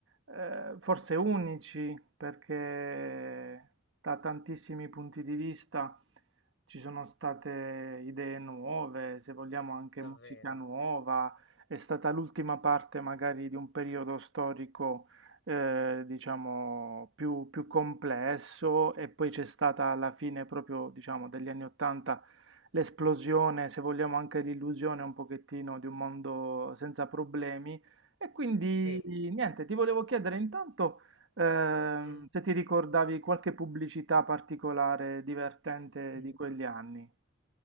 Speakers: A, on the right; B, on the left.
A: eh, forse unici, perché da tantissimi punti di vista ci sono state idee nuove, se vogliamo anche
B: davvero,
A: musica nuova, è stata l'ultima parte magari di un periodo storico eh, diciamo, più, più complesso e poi c'è stata alla fine proprio, diciamo, degli anni 80 l'esplosione, se vogliamo anche l'illusione un pochettino di un mondo senza problemi. E quindi
B: sì.
A: niente, ti volevo chiedere intanto ehm,
B: Mm.
A: se ti ricordavi qualche pubblicità particolare divertente
B: <laughs>
A: di quegli anni.